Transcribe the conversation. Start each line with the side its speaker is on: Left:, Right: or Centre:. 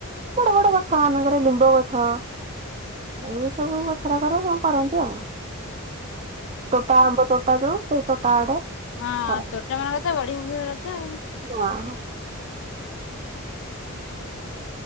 Right: ବଡ ବଡ ଗଛ ମାନଙ୍କରେ ଲିମ୍ବ ଗଛ ଏଇ ସବୁ ଗଛରା କରେ କଣ କରନ୍ତି ଆଉ।
Left: ହଁ।
Right: ତୋଟା ଆମ୍ବ <unintelligible> ସେଇ ମୋଟା ଆଡେ।
Left: ହଁ
Right: କରନ୍ତି
Left: ତୋଟା ମାନଙ୍କ ତ ବଢିଆ ହୁଏ ରଜ ଆଉ।
Right: ହଁ।
Left: <unintelligible>